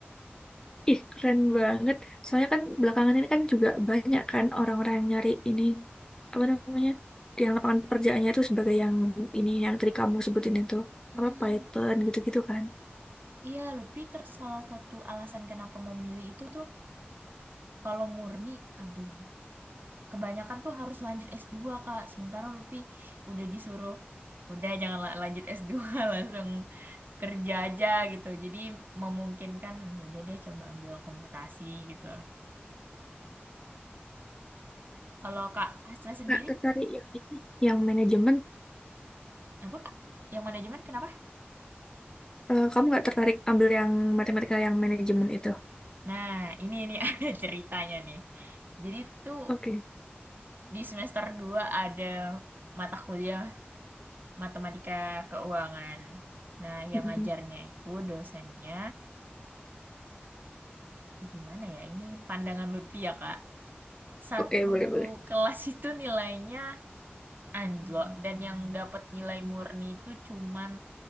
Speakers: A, on the left (about 15°); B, on the right (about 50°).
A: Ih, keren banget. Soalnya kan belakangan ini kan juga banyak kan orang-orang yang nyari ini, apa namanya, yang lapangan pekerjaannya itu sebagai yang ini, yang tadi kamu sebutin itu,
B: Mm-mm.
A: apa Python gitu-gitu kan.
B: Iya, Lutfi ter salah satu alasan kenapa mau milih itu tuh kalau murni, aduh kebanyakan tuh harus lanjut s dua Kak. Sementara Lutfi udah disuruh, udah jangan la- lanjut s dua <laughs> langsung kerja aja gitu. Jadi memungkinkan ya udah deh coba ambil komputasi gitu. Kalau Kak Hasna sendiri
A: Nggak tertarik yang ini, yang manajemen.
B: apa Kak? Yang manajemen kenapa?
A: Eh, kamu nggak tertarik ambil yang matematika yang manajemen itu?
B: Nah, ini ini <laughs> ada ceritanya nih. Jadi tuh
A: Oke.
B: di semester 2 ada mata kuliah matematika keuangan. Nah, yang
A: Mm-mm.
B: ngajarnya itu dosennya gimana ya? Ini pandangan Lutfi ya, Kak. satu
A: Oke, boleh, boleh.
B: kelas itu nilainya anjlok dan yang dapat nilai murni itu cuman